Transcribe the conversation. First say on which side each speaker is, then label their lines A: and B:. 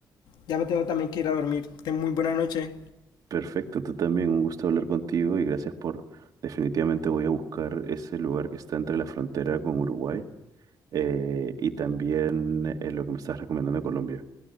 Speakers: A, on the left; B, on the right.
A: ya me tengo también que ir a dormir. Ten muy buena noche.
B: Perfecto, tú también, un gusto hablar contigo y gracias por, definitivamente voy a buscar ese lugar que está entre la frontera con Uruguay eh, y también eh, lo que me estás recomendando de Colombia.